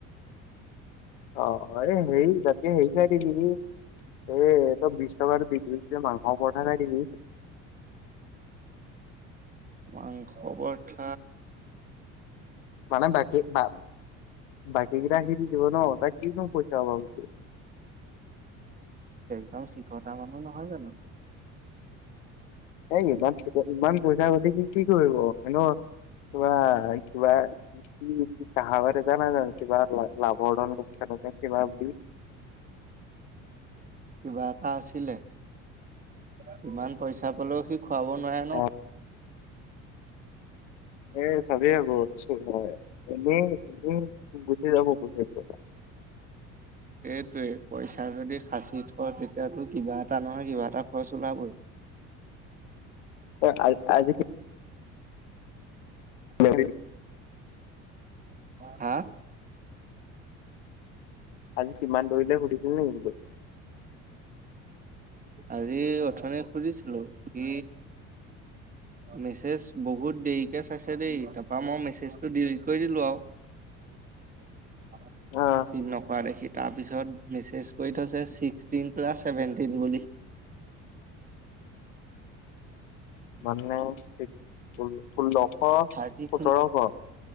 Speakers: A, on the left; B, on the right.
A: অ অ এই হেৰি ততকে হেৰি খাই দিলি এই ত বিশ টকা বি যে মাংস পৰঠা খাই দিবি।
B: মাংস পথা
A: মানে বাকী বা বাকী কেইটা সি দি দিব ন কি ন পচাওঁ হৈছে
B: একম চিকতা মানুহ নহয় জানো কি
A: এ ইমান ইমান পইচা ঘটি কি কি কৰিব এ কিবা কিবা কি চাহ বাৰ জান জান কিবা লাভ লোকচান কিবা বুলি বুলি
B: <unintelligible> কিবা এটা আছিলে কিমান পইচা পালেও সি খোৱাব নোৱাৰে ন
A: এ এ চাবি আকৌ হয় এনেই এনেই গুচি যাব য
B: <unintelligible> এইটোৱে পইচা যদি হাঁচি থয় তেতিয়য়াতো কিবা এটা নহয় কিবা এটা খৰচ ওলাবই <unintelligible>
A: আজ আজি
B: উ <unintelligible>
A: হয় <unintelligible>
B: হা!
A: আজি কিমান দৌৰিলে সুধিছিল নেকি বোলো?
B: আজি অথনি সুধিছিলো সি মেছেজ বহুত দেৰিকে চাইছে দেই, তাৰপা মই মেছেজটো ডিলিট কৰি দিলো আও। <inaudible>
A: আহ
B: চীন নকৱা দেখি তাৰপিছত মেছেজ কৰি থৈছে ছিক্সটিন প্লাছছেভেন টিন বুলি।
A: মানে চিক্স ষোল্লশ
B: থাৰ্টি থ্ৰী
A: সোতৰশ।